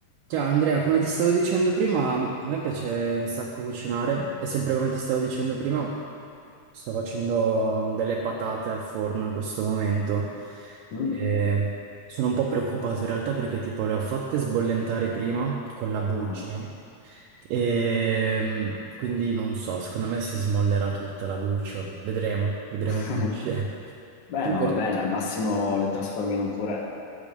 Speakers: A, on the right (about 80°); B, on the left (about 55°).
A: Ciao Andrea, come ti stavo dicendo prima, a me piace un sacco cucinare e sempre come ti stavo dicendo prima, sto facendo delle patate al forno in questo momento.
B: Mm,
A: E sono un po' preoccupato in realtà perché tipo le ho fatte sbollentare prima con la buccia
B: ah.
A: e quindi non so, secondo me si smollerà tutta la buccia, vedremo, vedremo
B: <laughs>
A: come uscirà.
B: Beh,
A: Tu
B: ma
A: per-
B: va bene, al massimo le trasformi in un purè.